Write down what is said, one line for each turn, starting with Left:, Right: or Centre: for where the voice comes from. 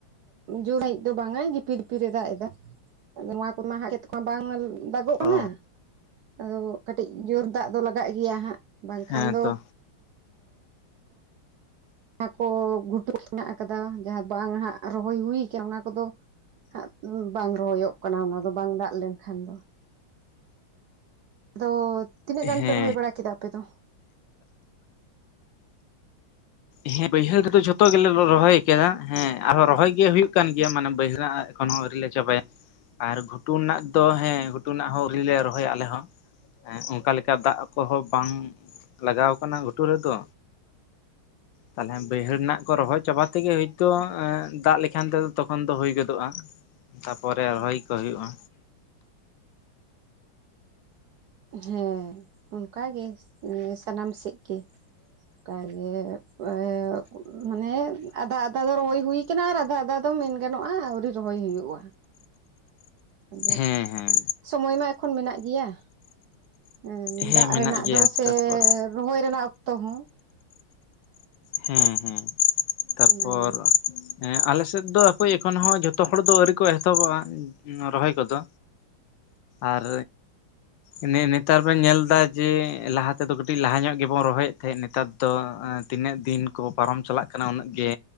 Right: ᱡᱳᱨᱤᱡ ᱫᱚ ᱵᱟᱝᱟ ᱡᱤᱯᱤ ᱰᱷᱤᱯᱤᱨ ᱮ ᱫᱟᱜ ᱮᱫᱟ᱾ ᱟᱫᱚ ᱱᱚᱣᱟ ᱠᱚᱢᱟ ᱦᱟᱜ ᱪᱮᱫ ᱵᱟᱝ ᱫᱟᱜᱚᱜ ᱠᱟᱱᱟ?
Left: ᱚ
Right: ᱟᱫᱚ ᱠᱟᱹᱴᱤᱡ ᱡᱳᱨ ᱫᱟᱜ ᱫᱚ ᱞᱟᱜᱟᱜ ᱜᱮᱭᱟ ᱦᱟᱸᱜ ᱵᱟᱝᱠᱷᱟᱱ
Left: ᱦᱮᱸ
Right: ᱫᱚᱼᱼ
Left: ᱛᱚ
Right: ᱡᱟᱦᱟᱠᱚ ᱜᱷᱩᱴᱩ ᱢᱮᱱᱟᱜ ᱟᱠᱟᱫᱟ ᱡᱟᱦᱟᱸ ᱫᱚ ᱵᱟᱝ ᱦᱟᱸᱜ ᱨᱚᱦᱚᱭ ᱦᱩᱭᱩ ᱠᱟᱱᱟ ᱚᱱᱟ ᱠᱚᱫᱚᱼᱼ ᱦᱟᱸᱜ ᱵᱟᱝ ᱨᱚᱦᱚᱭᱚᱜ ᱠᱟᱱᱟ ᱚᱱᱟ ᱫᱚ ᱵᱟᱝ ᱫᱟᱜ ᱞᱮᱱᱠᱷᱟᱱ ᱫᱚ? ᱟᱫᱚ ᱛᱤᱱᱟᱹᱜ ᱜᱟᱱ
Left: ᱦᱮᱸ
Right: ᱯᱮ ᱨᱚᱦᱚᱭ ᱵᱟᱲᱟ ᱠᱮᱫᱟ ᱟᱯᱮ ᱫᱚ?
Left: ᱦᱮᱸ ᱵᱟᱹᱭᱦᱟᱹᱲ ᱨᱮᱫᱚ ᱡᱷᱚᱛᱚ ᱜᱮᱞᱮ ᱨᱚᱦᱚᱭ ᱟᱠᱟᱫᱟ ᱦᱮᱸ ᱟᱨᱦᱚᱸ ᱨᱚᱦᱚᱭ ᱜᱮ ᱦᱩᱭᱩᱜ ᱠᱟᱱ ᱜᱮᱭᱟ ᱢᱟᱱᱮ ᱵᱟᱹᱭᱦᱟᱹᱲᱼᱼ ᱮᱠᱷᱚᱱ ᱦᱚᱸ ᱟᱹᱣᱨᱤᱞ ᱞᱮ ᱪᱟᱵᱟᱭᱟ ᱾ ᱟᱨ ᱜᱷᱩᱴᱩ ᱨᱮᱱᱟᱜ ᱫᱚ ᱦᱮᱸ ᱜᱷᱩᱴᱩ ᱨᱮᱱᱟᱜ ᱦᱚᱸ ᱟᱹᱣᱨᱤᱞ ᱞᱮ ᱨᱚᱦᱚᱭᱟ ᱟᱞᱮ ᱦᱚᱸ᱾ ᱦᱮᱸ ᱚᱱᱠᱟ ᱞᱮᱠᱟ ᱫᱟᱜ ᱠᱚᱦᱚᱸ ᱵᱟᱝ ᱞᱟᱜᱟᱣ ᱠᱟᱱᱟ ᱜᱷᱩᱴᱩ ᱨᱮᱫᱚ᱾ ᱛᱟᱦᱚᱞᱮ ᱵᱟᱹᱭᱦᱟᱹᱲ ᱨᱮᱱᱟᱜ ᱠᱚ ᱨᱚᱦᱚᱭ ᱪᱟᱵᱟ ᱛᱮᱜᱮ, ᱦᱳᱭᱛᱳ ᱫᱟᱜ ᱞᱮᱠᱷᱟᱱ ᱛᱮᱫᱚ ᱛᱚᱠᱷᱚᱱ ᱫᱚ ᱦᱩᱭ ᱜᱚᱫᱚᱜᱼᱟ᱾ ᱛᱟᱯᱚᱨᱮ ᱨᱚᱦᱚᱭ ᱠᱚ ᱦᱩᱭᱩᱜᱼᱟ᱾
Right: ᱦᱮᱸ ᱚᱱᱠᱟᱜᱮ ᱥᱟᱱᱟᱢ ᱥᱮᱫ ᱜᱮ᱾ ᱠᱟᱹᱮ <inaudible> ᱢᱟᱱᱮ ᱟᱫᱷᱟ ᱟᱫᱷᱟ ᱫᱚ ᱨᱚᱦᱚᱭ ᱦᱭᱠᱟᱱᱟ᱾ ᱟᱨ ᱟᱫᱷᱟ ᱟᱫᱷᱟ ᱫᱚ ᱢᱮᱱ ᱜᱟᱱᱚᱜᱼᱟ ᱟᱣᱨᱤ ᱨᱚᱦᱚᱭ ᱦᱩᱭᱩᱜᱼᱟ᱾ ᱟᱫᱚ
Left: ᱦᱮᱸ ᱦᱮᱸ
Right: ᱥᱚᱢᱚᱭ ᱢᱟ ᱮᱠᱷᱚᱱ ᱢᱮᱱᱟᱜ ᱜᱮᱭᱟ ᱮᱼᱼ
Left: ᱦᱮᱸ
Right: ᱫᱟᱜ
Left: ᱢᱮᱱᱟᱜ
Right: ᱨᱮᱱᱟᱜ
Left: ᱜᱮᱭᱟ
Right: ᱫᱚ ᱥᱮ
Left: ᱛᱟᱨᱯᱚᱨ
Right: ᱨᱚᱦᱚᱭ ᱨᱮᱱᱟᱜ ᱚᱠᱛᱚ ᱦᱚᱸ
Left: ᱦᱮᱸ ᱦᱮᱸ ᱛᱟᱯᱚᱨ
Right: ᱚᱱᱟᱜᱮ
Left: ᱦᱮᱸ ᱟᱞᱮ ᱥᱮᱫ ᱫᱚ ᱦᱟᱹᱯᱟᱹᱭ ᱮᱠᱷᱚᱱ ᱦᱚᱸ ᱡᱷᱚᱛᱚ ᱦᱚᱲ ᱫᱚ ᱟᱹᱣᱨᱤ ᱠᱚ ᱮᱛᱚᱦᱚᱵᱚᱜᱼᱟ ᱨᱚᱦᱚᱭ ᱠᱚᱫᱚ᱾ ᱟᱨ ᱮᱱᱮ ᱱᱮᱛᱟᱨ ᱵᱮᱱ ᱧᱮᱞ ᱫᱟ ᱡᱮ ᱞᱟᱦᱟ ᱛᱮᱫᱚ ᱠᱟᱹᱴᱤᱡ ᱞᱟᱦᱟ ᱧᱚᱜ ᱜᱮᱵᱚᱱ ᱨᱚᱦᱚᱭᱮᱫ ᱛᱟᱦᱮᱸᱫ ᱱᱮᱛᱟᱨ ᱫᱚ ᱟᱸ ᱛᱤᱱᱟᱹᱜ ᱫᱤᱱ ᱠᱚ ᱯᱟᱨᱚᱢ ᱪᱟᱞᱟᱜ ᱠᱟᱱᱟ ᱩᱱᱟᱹᱜ ᱜᱮ